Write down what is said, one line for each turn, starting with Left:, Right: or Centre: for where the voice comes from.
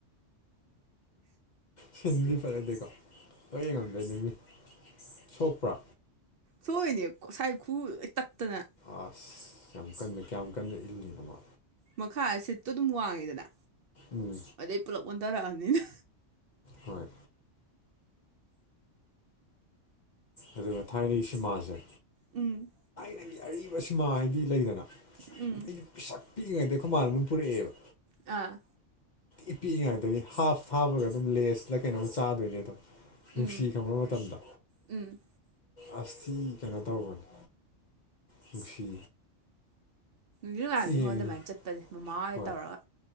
Left: ꯁꯤꯗꯤ ꯐꯗꯦꯀꯣ ꯍꯣꯏ ꯌꯦꯡꯉꯝꯗꯩꯅꯤꯡꯉ ꯁꯣꯛꯄ꯭ꯔꯥ
Right: ꯁꯣꯏꯅꯦ ꯉꯁꯥꯏ ꯈꯨ ꯇꯠꯇꯅ
Left: ꯑꯁ ꯌꯥꯝ ꯀꯟꯅ ꯀꯌꯥꯝ ꯀꯟꯅ ꯏꯜꯂꯤꯅ ꯃꯥ
Right: ꯃꯈꯥ ꯁꯤꯠꯇꯣ ꯑꯗꯨꯝ ꯋꯥꯡꯉꯤꯗꯅ
Left: ꯎꯝ
Right: ꯑꯗꯩ ꯄꯨꯂꯞ ꯑꯣꯟꯊꯔꯛꯑꯅꯤꯅ
Left: ꯍꯣꯏ ꯑꯗꯨꯒ ꯊꯥꯏꯅꯒꯤ ꯁꯤꯃꯥꯁꯦ
Right: ꯎꯝ
Left: ꯑꯩꯒꯤ ꯑꯔꯤꯕ ꯁꯤꯃꯥ ꯍꯥꯏꯗꯤ ꯂꯩꯗꯅ
Right: ꯎꯝ
Left: ꯑꯩꯩꯅ ꯄꯩꯁꯥ ꯄꯤꯛꯏꯉꯩꯗ ꯑꯩꯈꯣꯏ ꯃꯥꯟꯅꯕ ꯄꯨꯔꯛꯑꯦꯕ
Right: ꯑꯥ
Left: ꯏ ꯄꯤꯛꯏꯉꯩꯗꯒꯤ ꯍꯥꯐ ꯊꯥꯕꯒ ꯑꯗꯨꯝ ꯂꯦꯁꯇ ꯀꯩꯅꯣꯝ ꯆꯥꯗꯣꯏꯅꯦ ꯑꯗꯣ ꯅꯨꯡꯁꯤ
Right: ꯎꯝ
Left: ꯈꯪꯕ ꯃꯇꯝꯗ
Right: ꯎꯝ
Left: ꯑꯁꯇꯤ ꯀꯩꯅꯣ ꯇꯧꯕꯅꯤ ꯅꯨꯡꯁꯤ
Right: ꯉꯥꯏꯅꯤ
Left: ꯌꯦꯡꯉꯤ
Right: ꯍꯣꯜ ꯑꯗꯨꯃꯥꯏꯅ ꯆꯠꯄꯁꯦ ꯃꯃꯥꯒ
Left: ꯍꯣꯏ
Right: ꯇꯧꯔꯒ